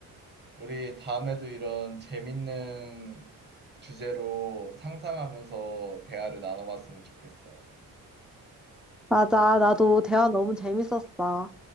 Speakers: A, on the right; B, in the centre.
A: 우리 다음에도 이런 재밌는 주제로 상상하면서 대화를 나눠봤으면 좋겠어.
B: 맞아, 나도 대화 너무 재밌었어.